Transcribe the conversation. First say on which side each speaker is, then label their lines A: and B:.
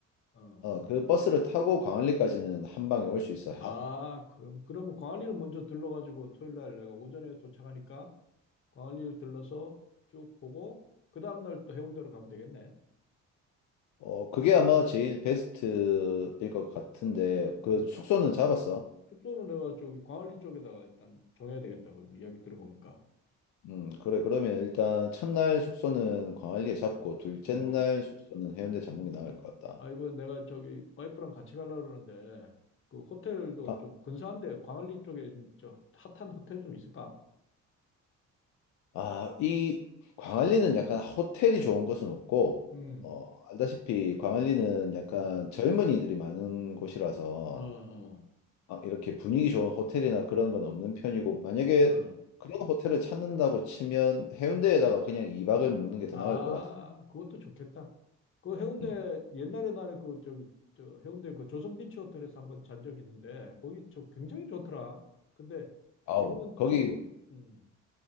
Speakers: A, on the left; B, on the left.
A: 어.
B: 어, 그 버스를 타고 광안리까지는 한 방에 올 수 있어. 하,
A: 아, 그럼 그러면 광안리를 먼저 들러 가지고 토요일 날 내가 오전에 도착하니까 광안리를 들러서 쭉 보고 그 다음 날 또 해운대로 가면 되겠네.
B: 어, 그게 아마 제일 베스트일 것 같은데, 그
A: 어.
B: 숙소는 잡았어?
A: 숙소는 내가 저기 광안리 쪽에다가 일단 정해야 되겠다. 그 이야기 들어보니까.
B: 음, 그래. 그러면 일단 첫날 숙소는 광안리에 잡고, 둘째
A: 어.
B: 날 숙소는 해운대 잡는 게 나을 것 같다.
A: 아, 이번에 내가 저기 와이프랑 같이 가려고 그러는데, 그 호텔도
B: 아,
A: 좀 근사한데, 광안리 쪽에 좀 저 핫한 호텔 좀 있을까?
B: 아, 이 광안리는 약간 호텔이 좋은 곳은 없고,
A: 음,
B: 어, 알다시피 광안리는 약간
A: 음.
B: 젊은이들이 많은 곳이라서,
A: 어, 어,
B: 아, 이렇게 분위기 좋은 호텔이나 그런 건 없는 편이고, 만약에
A: 어.
B: 그런 호텔을 찾는다고 치면 해운대에다가 그냥 2박을 묵는 게 더
A: 아,
B: 나을 것 같아.
A: 그것도 좋겠다. 그 해운대,
B: 음.
A: 옛날에 나는 그 저기, 저 해운대 그 조선비치 호텔에서 한번 잔 적이 있는데, 거기 저 굉장히 좋더라. 근데
B: 아우,
A: 지금은,
B: 거기,
A: 지금은, 음,